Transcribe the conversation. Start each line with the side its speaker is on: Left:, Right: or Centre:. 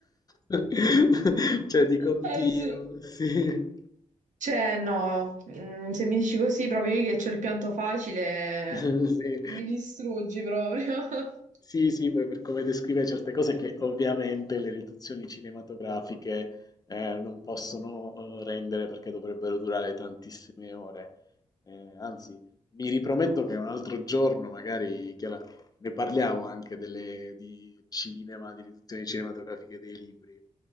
Left: <laughs> Cioè dico: "Oddio",
Right: sì.
Left: sì.
Right: Cioè, no, mm, se mi dici così proprio io che c'ho il pianto facile,
Left: <laughs> Sì.
Right: mi distruggi proprio. <laughs>
Left: Sì, sì, poi per come descrive certe cose che ovviamente le riduzioni cinematografiche eh, non possono eh, rendere perché dovrebbero durare tantissime ore. Eh, anzi, mi riprometto che un altro giorno, magari, Chiara, ne parliamo anche delle, di cinema, di riduzioni cinematografiche dei libri. <laughs>